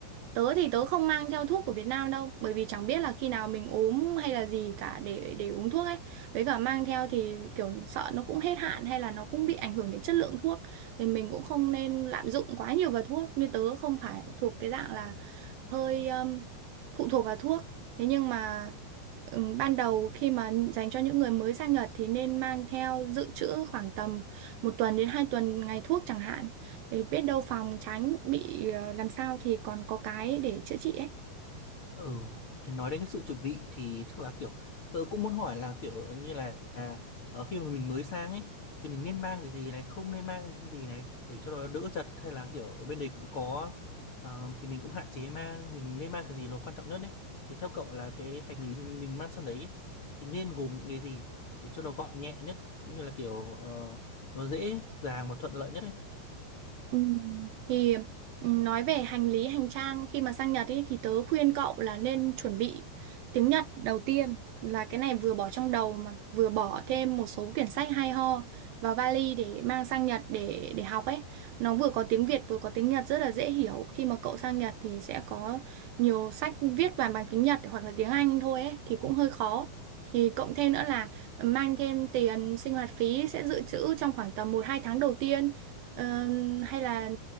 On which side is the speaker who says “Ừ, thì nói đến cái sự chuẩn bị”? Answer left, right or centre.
Left